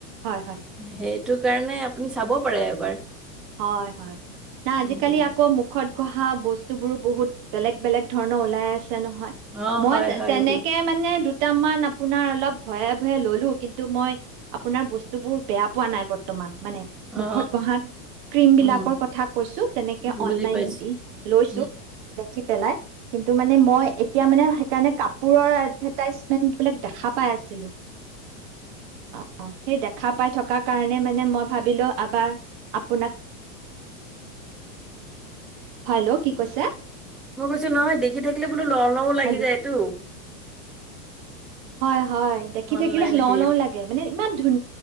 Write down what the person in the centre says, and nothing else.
সেই সেইটোকাৰণে আপুনি চাব পাৰে এবাৰ।
উম
অ
হয় হয়
বোলে
অ
উম
বুজি
পাইছো
উম
উ
মই কৈছো নহয় দেখি থাকিলে বোলো ল লও লাগি
যায়টো
অনলাইন
হেৰি